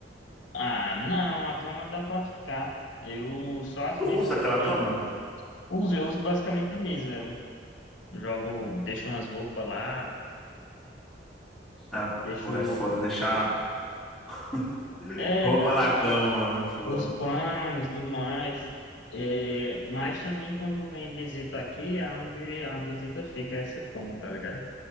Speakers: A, on the left (about 90°); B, in the centre.
A: Ah, não, a cama dá pra ficar. Eu só as
B: Tu
A: mesas
B: usa aquela
A: que tem.
B: cama?
A: Uso, eu uso basicamente Miserlo. Jogo, deixo umas roupas lá,
B: Ah,
A: deixo.
B: porra, é foda deixar <laughs>
A: É,
B: roupa
A: basicamente.
B: na cama, mano. É foda.
A: Os panos, tudo mais. É, mas também quando vem visita aqui, é onde a visita fica, essa cama, tá ligado?